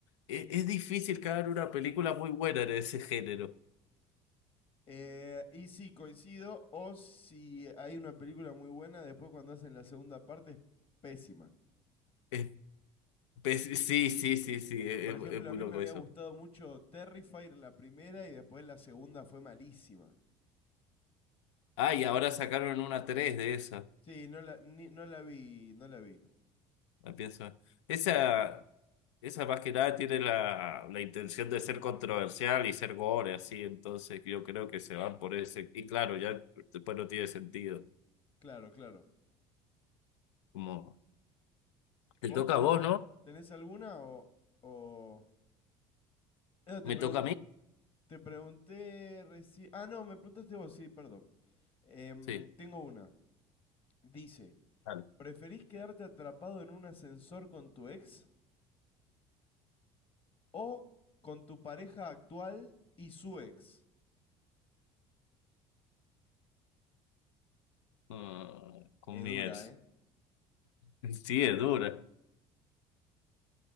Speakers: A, on the left (about 80°); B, on the left (about 35°).
A: es, es difícil que hagan una película muy buena en ese género.
B: Eh, y sí, coincido, o si hay una película muy buena, después cuando hacen la segunda parte es pésima.
A: Es- <laughs> es- sí, sí, sí, sí, es
B: Por ejemplo,
A: es muy
B: a mí
A: loco
B: me había
A: eso.
B: gustado mucho Terrifier la primera y después la segunda fue malísima.
A: Ah, y ahora sacaron una 3 de esa,
B: Sí, no la, ni- no la vi, no la vi.
A: la pienso. Esa, esa más que nada tiene la, la intención de ser controversial y ser gore, así, entonces yo creo que se van por ese. Y claro, ya después no tiene sentido.
B: Claro, claro.
A: Como, te
B: ¿Vos
A: toca
B: tenés,
A: a vos,
B: al-
A: ¿no?
B: tenés alguna o...? o... No, te,
A: ¿Me
B: pregun-
A: toca a mí?
B: te pregunté recién... Ah, no, me preguntaste vos, sí, perdón. Em,
A: Sí.
B: tengo una. Dice,
A: Dale.
B: ¿preferís quedarte atrapado en un ascensor con tu ex o con tu pareja actual y su ex?
A: Ah, con
B: Es
A: mi
B: dura,
A: ex.
B: ¿eh?
A: <laughs> Sí, es dura.